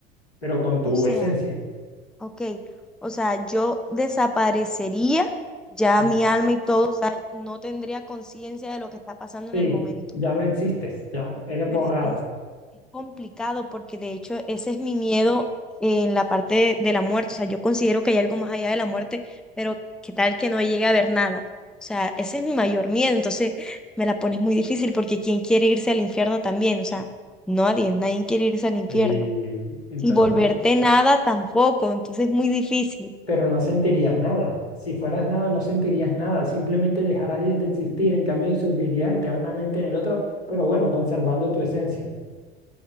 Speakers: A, on the left; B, in the centre.
A: pero con tu
B: o sea,
A: esencia.
B: ok, o sea, yo desaparecería ya
A: Sí.
B: mi alma y todo, o sea, no tendría conciencia de lo que está pasando
A: Sí,
B: en el momento.
A: ya no existes, ya eres borrada.
B: Pero es, es complicado porque de hecho ese es mi miedo en la parte de, de la muerte. O sea, yo considero que hay algo más allá de la muerte, pero qué tal que no llegue a ver nada. O sea, ese es mi mayor miedo. Entonces me la pones muy difícil porque ¿quién quiere irse al infierno también? O sea, nadie, nadie quiere irse al infierno.
A: Eh, entonces,
B: Y volverte nada tampoco. Entonces es muy difícil.
A: pero no sentirías nada. Si fueras nada, no sentirías nada. Simplemente dejarías de existir. En cambio, sufrirías eternamente en el otro, pero bueno, conservando tu esencia.